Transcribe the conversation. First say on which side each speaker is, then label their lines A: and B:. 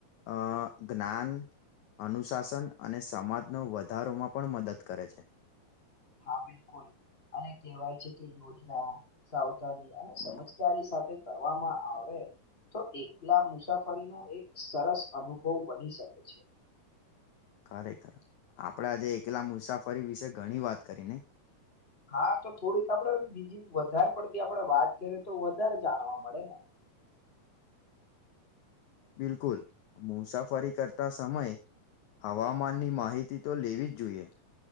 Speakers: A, on the left (about 70°); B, on the left (about 15°).
A: અ જ્ઞાન અનુશાસન અને સમાજનો વધારોમાં પણ મદદ કરે છે
B: હા બિલકુલ અને કહેવાય છે કે યોજના સાવધાની અને
A: હમ,
B: સમજદારી સાથે કરવામાં આવે તો એકલા મુસાફરી નો એક સરસ અનુભવ બની શકે છે
A: ખરેખર આપડાે આજે એકલા મુસાફરી વિશે ઘણી વાત કરી નઈ
B: હા તો થોડીક આપડે બીજી વધારે આપડે વાત કરીએ તો વધારે જાણવા મળે ને
A: બિલકુલ મુસાફરી કરતા સમય હવામાનની માહિતી તો લેવી જ જોઈએ